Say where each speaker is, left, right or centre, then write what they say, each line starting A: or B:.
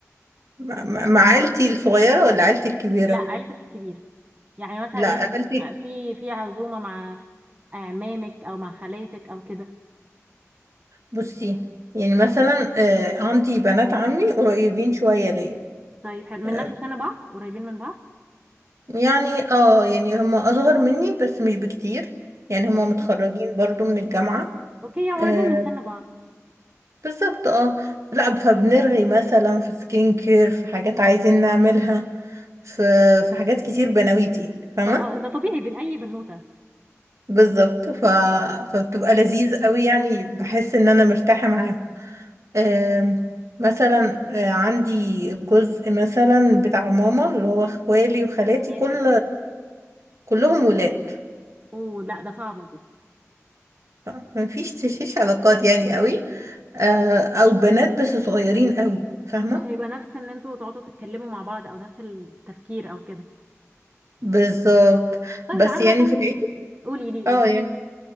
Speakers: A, on the right (about 70°); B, on the right (about 30°).
A: مع مع- مع عيلتي الصغيرة ولا عيلتي الكبيرة
B: لا عيلتك الكبيرة يعني مثلا
A: لا
B: ايه
A: عيلتي
B: في في عزومة مع اعمامك او مع خالاتك او كده
A: بصي يعني مثلا آه، عندي بنات عمي قريبين شوية ليا
B: طيب حلو من
A: آه،
B: نفس سن بعض قريبين من بعض
A: يعني اه يعني هم اصغر مني بس مش بكتير يعني
B: ماشي
A: هم متخرجين برضو من الجامعة
B: اوكي يعني
A: آه،
B: قريبين من سن بعض
A: بالظبط اه لا فبنرغي مثلا في سكين كير في حاجات عايزين نعملها في في حاجات كتير بنويتي يعني فاهمة
B: ط- آه، ده طبيعي بين اي بنوتة
A: بالظبط ف... فبتبقى لذيذ قوي يعني بحس ان انا مرتاحة معاهم آم، مثلا آه، عندي جزء مثلا بتاع ماما اللي هو اخوالي وخالاتي
B: خالاتك
A: كل
B: و-
A: كلهم ولاد
B: اوه لا ده صعب
A: ف- مفيش تشيش علاقات يعني قوي آه، او بنات بس صغيرين قوي فاهمة
B: مش هيبقى نفس ان انتوا تقعدوا تتكلموا مع بعض او نفس التفكير او كده
A: بالظبط
B: طيب
A: بس
B: عامة
A: يعني في العيد
B: قولي لي
A: اه
B: قولي
A: يعني
B: لي